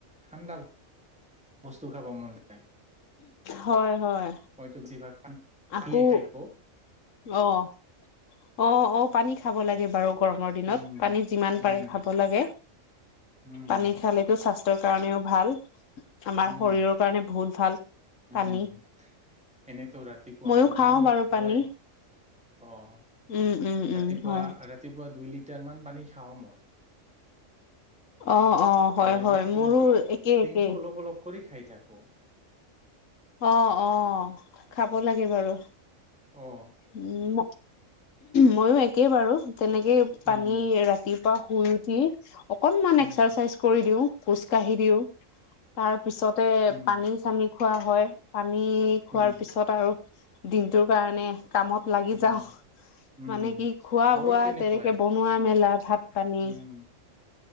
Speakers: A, in the centre; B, on the left (about 75°).
A: ঠাণ্ডা বস্তু খাব মন যায়।
B: হয় হয়
A: মইতো বেছিভাগ পানী
B: আকৌ
A: পানীয়ে খাই থাকো
B: অ' অ' অ' পানী খাব লাগে বাৰু গৰমৰ দিনত
A: উম,
B: পানী যিমান
A: উম,
B: পাৰে খাব লাগে।
A: উম,
B: পানী খালেতো স্বাস্থ্যৰ কাৰণেও ভাল। আমাৰ
A: উম,
B: শৰীৰৰ কাৰণে বহুত ভাল। পানী
A: উম, এনেতো ৰাতিপুৱা
B: ময়ো
A: মই
B: খাও
A: পানীয়ে
B: বাৰু
A: খাওঁয়ে।
B: পানী
A: অ',
B: উম উম উম
A: ৰাতিপুৱা
B: হয়
A: ৰাতিপুৱা দুই লিটাৰ মান পানী খাওঁ মই।
B: অ অ হয়
A: আৰু এনেই
B: হয়
A: দিনটো
B: মোৰো একেই
A: দিনটো
B: একেই
A: অলপ অলপ কৰি খাই থাকো।
B: অ', অ', খাব লাগে বাৰু।
A: অ',
B: উম ময়ো একে বাৰু তেনেকেই পানী,
A: উম,
B: ৰাতিপুৱা শুই উঠি অকনমান
A: উম,
B: এক্সাৰচাইজ কৰি দিওঁ, খোজ কাঢ়ি দিওঁ। তাৰ পিছতে
A: উম,
B: পানী-চানী খোৱা হয়। পানী খোৱাৰ
A: উম।
B: পিছত আৰু দিনটোৰ কাৰণে কামত লাগি
A: উম,
B: যাঁও।
A: উম,
B: মানে কি খোৱা-বোৱা
A: মোৰো তেনেকুৱাই
B: তেনেকে বনোৱা-মেলা ভাত পানী
A: উম,